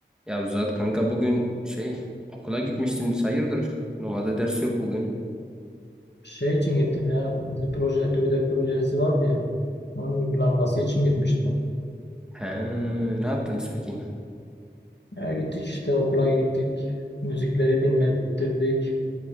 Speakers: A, in the centre; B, on the left.
A: Ya Zat kanka bugün şey okula gitmiştiniz hayırdır? Normalde ders yok bugün.
B: Şey için gittim ya. Bizim proje, TÜBİTAK projesi vardı ya. Onun uygulanması için gitmiştim.
A: He, ne yaptınız peki?
B: Ya gittik işte okula gittik. Müzikleri dinlettirdik.